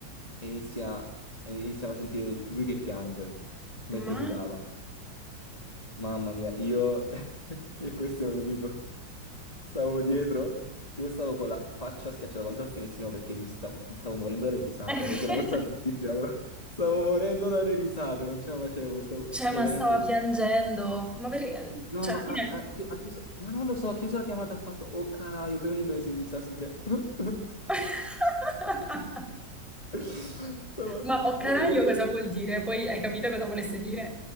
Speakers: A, on the left (about 20°); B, in the centre.
A: e inizia, iniziamo a sentire lui che piange mentre
B: Ma...
A: guidava. Mamma mia, io... <laughs> io questo è un amico. Stavo dietro, io stavo con la faccia schiacciata contro il finestrino perché mi, sta- mi stavo morendo dalle risate,
B: <laughs>
A: che è una cosa bruttissima, però <laughs> stavo morendo dalle risate, non ce la facevo, stavo...
B: Cioè,
A: cioè
B: ma
A: veramente...
B: stava piangendo. Ma perché...
A: No,
B: Cioè,
A: ma
B: alla fine...
A: ha, ha- ha chi- ha chiuso... Ma non lo so, ha chiuso la chiamata, ha fatto... Oh caraio, poi abbiamo iniziato a sentire... <laughs>
B: <laughs>
A: Stavo,
B: Ma o
A: stavo
B: caraio
A: comunque...
B: cosa vuol dire? Poi hai capito cosa volesse dire?